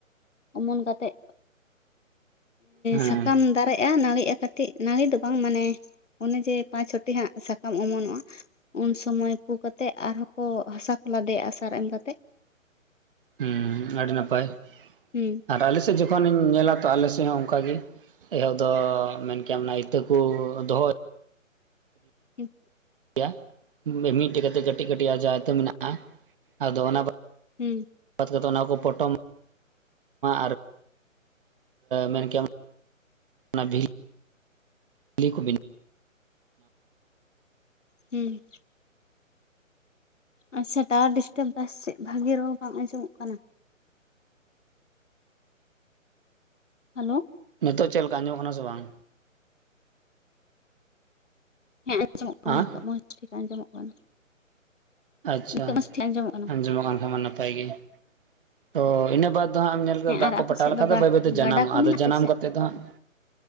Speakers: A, on the left; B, on the right.
A: ᱚᱢᱚᱱ ᱠᱟᱛᱮᱫ
B: ᱦᱩᱸ
A: ᱥᱟᱠᱟᱢ ᱫᱟᱨᱮᱜᱼᱟ ᱱᱟᱹᱲᱤᱜᱼᱟ ᱠᱟᱹᱴᱤᱡ ᱱᱟᱹᱲᱤ ᱫᱚ ᱵᱟᱝ ᱢᱟᱱᱮ ᱚᱱᱮ ᱡᱮ ᱯᱟᱸᱪ ᱪᱷᱚᱴᱤ ᱦᱟᱸᱜ ᱥᱟᱠᱟᱢ ᱚᱢᱚᱱᱚᱜᱼᱟ᱾ ᱩᱱ ᱥᱚᱢᱚᱭ ᱯᱩ ᱠᱟᱛᱮ ᱟᱨᱦᱚᱸ ᱠᱚ ᱦᱟᱥᱟ ᱠᱚ ᱞᱟᱫᱮᱭᱟ ᱥᱟᱨ ᱮᱢ ᱠᱟᱛᱮᱜ᱾
B: ᱦᱩᱸ ᱟᱹᱰᱤ ᱱᱟᱯᱟᱭ
A: ᱦᱩᱸ
B: ᱟᱨ ᱟᱞᱮ ᱥᱮᱫ ᱡᱚᱠᱷᱚᱱ ᱤᱧ ᱧᱮᱞᱟ ᱛᱚ ᱟᱞᱮ ᱥᱮᱫ ᱦᱚᱸ ᱚᱱᱠᱟᱜ ᱜᱮ᱾ ᱮᱦᱳᱚᱵ ᱫᱚ ᱢᱮᱱ ᱠᱮᱭᱟᱢ ᱚᱱᱟ ᱤᱛᱟᱹ ᱠᱚ ᱫᱚᱦᱚ
A: ᱦᱮᱸ <inaudible>
B: ᱜᱮᱭᱟ <unintelligible> ᱢᱤᱫᱴᱮᱡ ᱠᱟᱛᱮ ᱠᱟᱹᱴᱤᱡ ᱠᱟᱹᱴᱤᱡ ᱟ ᱡᱟᱦᱟᱸᱟᱭ ᱛ ᱢᱮᱱᱟᱜᱼᱟ ᱟᱫᱚ ᱚᱱᱟ ᱵᱟ <unintelligible>
A: ᱦᱮᱸ
B: ᱵᱟᱫᱽ <unintelligible> ᱠᱟᱛᱮᱫ ᱚᱱᱟ ᱠᱚ ᱯᱚᱴᱚᱢ ᱟᱨ ᱢᱮᱱ ᱠᱮᱭᱟᱢ <inaudible> ᱠᱚ ᱵ <inaudible>
A: ᱦᱩᱸ ᱟᱪᱪᱷᱟ ᱴᱟᱣᱟᱨ ᱰᱤᱥᱴᱟᱵ ᱵᱟᱥ ᱪᱮᱫ ᱵᱷᱟᱜᱤ ᱨᱚᱲ ᱵᱟᱝ ᱟᱸᱡᱚᱢᱚᱜ ᱠᱟᱱᱟ᱾ ᱦᱮᱞᱳ
B: ᱱᱤᱛᱚᱜ ᱪᱮᱫ ᱞᱮᱠᱟ ᱟᱡᱚᱜ ᱠᱟᱱᱟ ᱥᱮ ᱵᱟᱝ?
A: ᱦᱮᱸ ᱟᱸᱡᱚᱢᱚᱜ ᱠᱟᱱᱟ
B: ᱦᱟᱸ
A: ᱱᱤᱛᱚᱜ ᱢᱚᱸᱡᱽ ᱴᱷᱤᱠ ᱟᱸᱡᱚᱢᱚᱜ ᱠᱟᱱᱟ᱾
B: ᱟᱪᱪᱷᱟ
A: ᱱᱤᱛᱚᱜ ᱢᱚᱡᱽ ᱴᱷᱤᱠ ᱠᱟᱱᱟ
B: ᱟᱸᱡᱚᱢᱚᱜ ᱠᱟᱱ ᱠᱷᱟᱱ ᱢᱟ ᱱᱟᱯᱟᱭ ᱜᱮ ᱛᱚ ᱤᱱᱟᱹ ᱵᱟᱫ ᱫᱚ ᱦᱟᱜ ᱮᱢ ᱧᱮᱞ ᱠᱮᱫᱟ
A: ᱦᱮᱸ
B: ᱫᱟᱜ
A: ᱟᱨ
B: ᱠᱚ
A: ᱟᱯᱮ
B: ᱯᱟᱴᱟᱣ
A: ᱥᱮᱫ
B: ᱞᱮᱠᱷᱟᱱ ᱫᱚ
A: ᱜᱟ
B: ᱵᱟᱹᱭ ᱵᱟᱹᱭᱛᱮ ᱡᱟᱱᱟᱢᱚᱜᱼᱟ᱾
A: ᱜᱟᱰᱟ ᱠᱚ
B: ᱟᱫᱚ
A: ᱢᱮᱱᱟᱜ
B: ᱡᱟᱱᱟᱢ
A: ᱟᱯᱮ ᱥᱮᱫ
B: ᱠᱟᱛᱮᱮᱫ ᱫᱚ ᱦᱟᱸᱜ